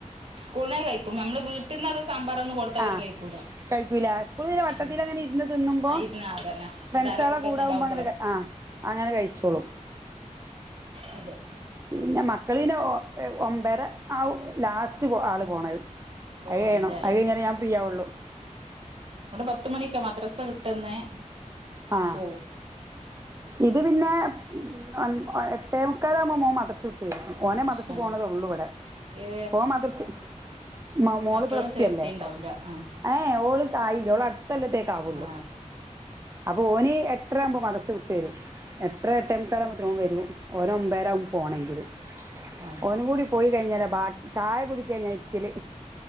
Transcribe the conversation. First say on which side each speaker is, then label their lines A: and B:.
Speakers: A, on the right; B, on the right.
A: സ്കൂള്ന്നൊക്കെ കഴിക്കും. നമ്മൾവീട്ടിന്നദ് സാമ്പാറൊന്നും കൊടുത്താ അവര്
B: ആ
A: കഴിക്കൂല.
B: കഴിക്കൂല. സ്കൂൾല് വട്ടത്തിൽ
A: ഉം
B: അങ്ങനെ ഇര്ന്ന് തിന്നുമ്പോ,
A: ആയിരുന്നാ അതന്നെ
B: ഫ്രണ്ട്സാളെ
A: എല്ലാര കൂട്ടത്തിലാവുമ്പളെ
B: കൂടാകുമ്പോ അങ്ങനെ കഴി ആ അങ്ങനെ കഴിച്ചോളും.
A: അതെ
B: പിന്നെ മക്കളിന് ഒ എ ഒമ്പര ആവും ലാസ്റ്റ് പോ ആള് പോണത്
A: പോവാനിതായി
B: അത് കയ്യണം, അത് കഴിഞ്ഞാലേ ഞാൻ ഫ്രീ ആവുള്ളു.
A: ഇവടെ പത്ത് മണിക്കാ മദ്രസ വിട്ടന്ന്
B: ആ
A: പോവും
B: ഇത് പിന്നെ ഒൻ എട്ടേ മുക്കാലകുമ്പോ മോൻ മദ്‌ർസ് വിട്ട് വരും. ഓനെ മദർസെ
A: ആ
B: പോണതുള്ളു ഇവിടെ.
A: ഏ
B: പോ മദർസി മ മോള്
A: മറ്റോളെ
B: പ്ലസ്
A: ചേർത്തിണ്ടാവൂല
B: ടു അല്ലേ
A: ആ
B: എ എ ഓള് ആ ഇവള് അടുത്തൊല്ലത്തേക്കാവുള്ളൂ.
A: ആ
B: അപ്പൊ ഓന് എട്ടറാവുമ്പോ തരും. എട്ടര എട്ടേ മുക്കാലകുംബത്തിന് ഓൻ വരും ഓനൊമ്പേരാകും പോണെങ്കില്.
A: അതെ
B: ഓനുംകൂടി പോയി കഴിഞ്ഞാല ബാക് ചായ കുടിക്ക ഞാൻ ഇരിക്കല്,